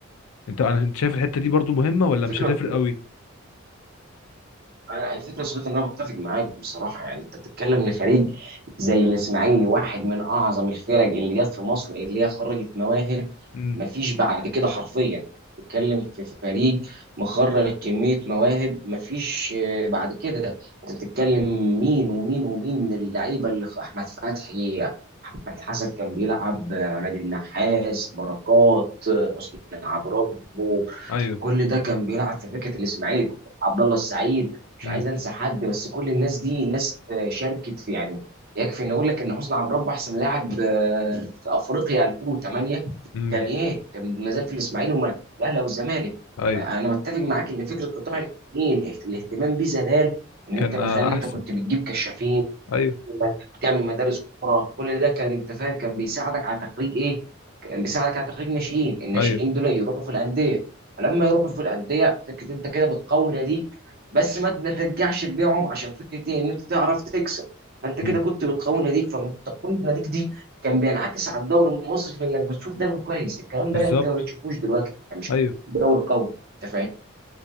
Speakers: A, on the left; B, on the right.
A: أنت أنا أنت شايف الحتة دي برضو مهمة ولا
B: الفكرة
A: مش هتفرق قوي؟
B: أنا- الفكرة يا صديقي إن أنا بتفق معاك بصراحة يعني أنت بتتكلم لفريق زي الإسماعيلي واحد من أعظم الفرق اللي جت في مصر اللي هي خرجت مواهب
A: امم
B: مفيش بعد كده حرفيا بتتكلم في فريق مخرج كمية مواهب مفيش آه، بعد كده أنت بتتكلم مين ومين ومين من اللعيبة اللي خ- أحمد فتحي أحمد حسن كان بيلعب
A: امم،
B: آه، عماد النحاس بركات آه، حسني عبد ربه
A: أيوه
B: كل ده كان بيلعب في فكره الاسماعيلي عبد الله السعيد مش
A: امم
B: عايز انسى حد بس كل الناس دي ناس آه، شاركت في يعني يكفي ان اقول لك ان حسني عبد ربه احسن لاعب آه، في افريقيا 2008
A: امم
B: كان ايه كان ما زال في الاسماعيلي وما الاهلي او الزمالك
A: ايوه
B: آه، انا متفق معاك ان فكره قطاع الاثنين الاهتمام بيه زمان ان انت
A: كان
B: من
A: آه،
B: خلال ان
A: احسن
B: انت كنت بتجيب كشافين
A: ايوه
B: انك تعمل مدارس كوره كل ده كان انت فاهم كان بيساعدك على تخريج ايه؟ كان بيساعدك على تخريج ناشئين، الناشئين
A: ايوه
B: دول يروحوا في الانديه، فلما يروحوا في الانديه فكره انت كده بتقوي ناديك بس ما ما ترجعش تبيعهم عشان فكره ايه؟ ان انت تعرف تكسب، فانت كده
A: مم.
B: كنت بتقوي ناديك فمن تقويه ناديك دي كان بينعكس على الدوري المصري في انك بتشوف دوري كويس، الكلام
A: بالظبط
B: ده انت ما بتشوفوش دلوقتي، يعني مش
A: ايوه
B: دوري قوي، انت فاهم؟